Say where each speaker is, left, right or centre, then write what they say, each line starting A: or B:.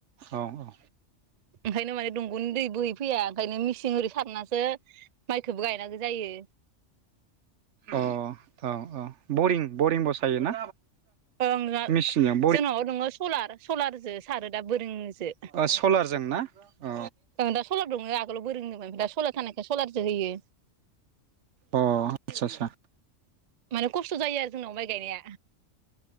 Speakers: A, on the right; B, on the right.
A: औ औ औ
B: ओंखायनो माने दंग'नि दै बोहैफैया ओंखायनो मिसि सिनजों सारनासो माइखोबो गायनांगौ जायो।
A: अ औ औ बरिं बरिं बसायोना?
B: ओं ओ
A: मेचिनजों
B: जोंनाव न'आव सलार सलारजो सारो दा बोरों सो
A: ओ सलारजों ना अ
B: दा सलार दङ आगोलाव बोरोंनोओमफ्राय दा सलार थानायखाय सलारजों होयो।
A: अ आदसा आदसा
B: माने खस्थ' जायो आरो जोंनावहाय। गायनाया